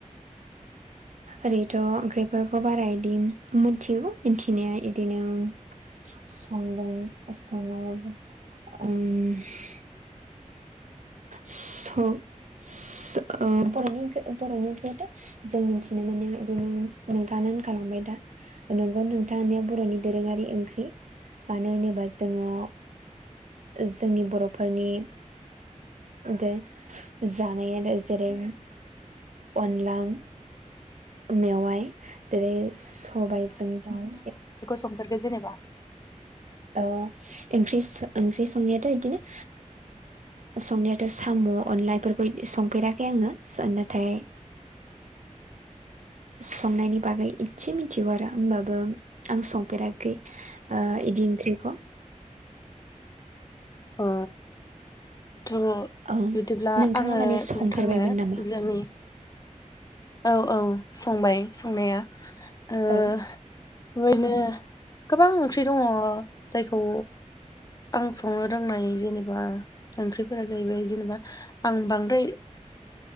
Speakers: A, on the right; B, on the left.
A: ओरैथ' ओंख्रिफोरखौ बारा इदि मोनथिगौ मिथिनाया इदिनो सं स स बरानि बरनि <unintelligible> जों मिथिनो मोनो बिदिनो नोंथाङानो होनखबाय दा नंगौ नोंथांा बर'नि दोरोङारि ओंख्रि मानो होनोबा जोङो जोंनि बर'फोरनि दे जानाय आरो जेरै अनला मेवाय जेरै सबायजों दाउ
B: सम्र्क जेनेबा
A: ओं ओंख्रि संनायाथ' बिदिनो संनायाथ' साम' अनलाफोरखौ संफेराखै आङो नाथाय संनायनि बागै एसे मिथिगौ आरो हबाबो आं संफेराखै इदि ओंख्रिखौ
B: अ थ'
A: औ
B: बिदिब्ला
A: नोंथाङा
B: आङो
A: माने संफेरबायमोन
B: नोंथांनो
A: नामा
B: जोंनि औ औ संबाय संनाया बेओायनो
A: औ
B: गोबां ओंख्रि दङ जायखौ आं संनो रोंनाय जेनेबा ओंख्रिफोरा जाहैबाय जेनेबा आं बांद्राय